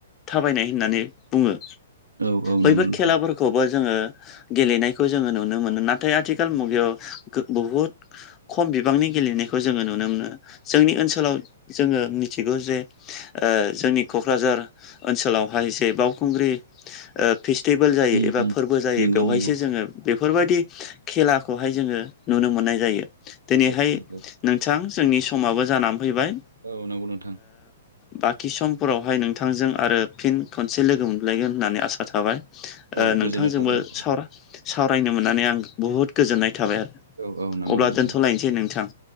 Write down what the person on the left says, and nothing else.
थाबायनाय होननानै बुङो।
बैफोर
खेलाफोरखौ खौबो जोङो गेलेनायखौ जोङो नुनो मोनो नाथाय आथिखाल मुगायाव बुहुद ओ खम बिबांनि गेलेनायखौ जोङो नुनो मोनो जोंनि ओनसोलाव जोङो मिथिगौ जे जोंनि क'क्राझार ओनसोलावहाय एसे बावखुंग्रि फेस्टिभेल जायो
एबा
फोरबो जायो
बेवहायसो
जोङो बेफोरबायदि खेलाखौहाय जोङो नुनो मोननाय जायो दिनैहाय
नोंथां जोंनि समाबो जानानै फैबाय ओ
बाखि समफोरावहाय नोंथांजों आरो फिन खनसे लोगो मोनलायगोन होननानै आसा थाबाय
नोंथांजोंबो
साव सावरायनो मोननानै आं बुहुद गोजोननाय थाबाय आरो
अब्ला
दोनथ'लायनोसै नोंथां